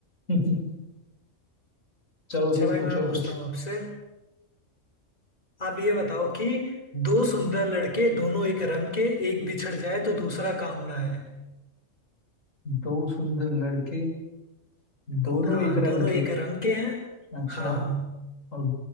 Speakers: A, on the left; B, on the left.
A: <laughs> चलो
B: अच्छा
A: तुम
B: भाई
A: पूछो
B: मैं पूछता
A: कुछ
B: हूँ आपसे आप ये बताओ कि दो सुंदर लड़के दोनों एक रंग के एक बिछड़ जाए तो दूसरा काम ना है
A: दो सुंदर लड़के दोनों
B: हाँ
A: एक रंग
B: दोनों
A: के
B: एक रंग के हैं
A: अच्छा
B: हाँ हाँ
A: और